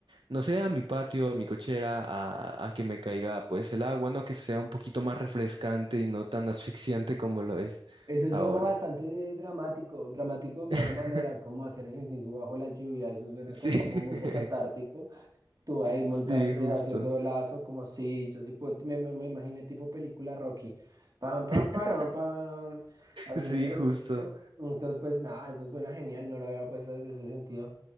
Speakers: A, on the right; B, on the right.
A: no sé, a mi patio, a mi cochera, a, a que me caiga pues el agua, ¿no? Que sea un poquito más refrescante y no tan asfixiante como lo es
B: Eso suena
A: ahora.
B: bastante dramático, dramático en
A: <laughs>
B: buena manera, como hacer ejercicio bajo la lluvia, eso suena
A: Sí,
B: como
A: <laughs>
B: un momento catártico. Tú ahí monta
A: sí,
B: eh,
A: justo.
B: haciendo lazo, como si yo sí puedo, me, me, me imaginé tipo película Rocky. Pam, pam,
A: <laughs>
B: param, pam, haciendo
A: Sí,
B: ejercicio.
A: justo.
B: Entonces, pues nada, eso suena genial, no lo había puesto desde ese sentido.